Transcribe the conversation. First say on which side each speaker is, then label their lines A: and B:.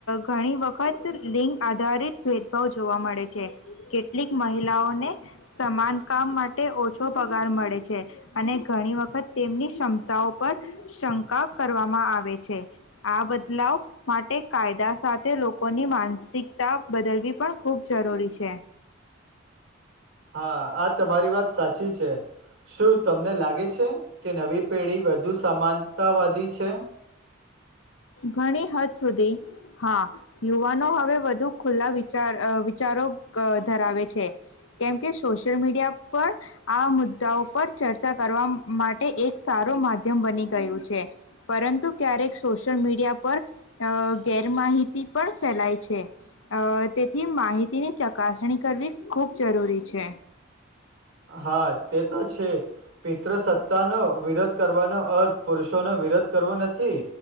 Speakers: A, on the left (about 75°); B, on the right (about 70°).
A: ઘણી વખત લિંગ આધારિત ભેદભાવ જોવા મળે છે કેટલીક મહિલાઓને સમાન કામ માટે ઓછો પગાર મળે છે અને ઘણી વખત તેમની ક્ષમતાઓ પર શંકા કરવામાં આવે છે આ બદલાવ માટે કાયદા સાથે લોકોની માનસિકતા બદલવી પણ ખૂબ જરૂરી છે
B: હા આ તમારી વાત સાચી છે શું તમને લાગે છે કે નવી પેઢી વધુ સમાનતાવાદી છે
A: ઘણી હદ સુધી હા યુવાનો હવે વધુ ખુલ્લા વિચાર વિચારો ધરાવે છે કેમ કે સોશિયલ મીડિયા પણ આ મુદ્દાઓ પર ચર્ચા કરવા માટે એક સારું માધ્યમ બની ગયું છે પરંતુ ક્યારેક સશ સોલ મીડિયા પર ગેરમાહિતી પણ ફેલાય છે તેથી માહિતીની ચકાસણી કરવી ખૂબ જરૂરી છે
B: હા, તે તો છે. પિત્ર સત્તાનો વિરોધ કરવાનો અર્થ પુરુષોનો વિરોધ કરવો નથી.